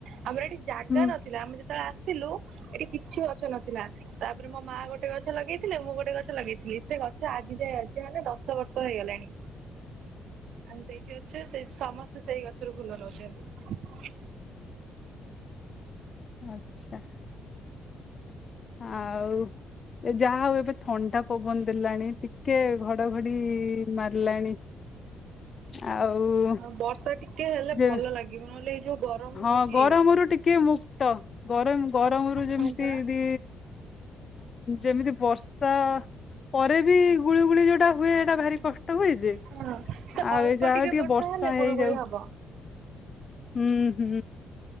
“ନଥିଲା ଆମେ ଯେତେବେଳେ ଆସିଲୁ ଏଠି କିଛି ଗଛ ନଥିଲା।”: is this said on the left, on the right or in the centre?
Right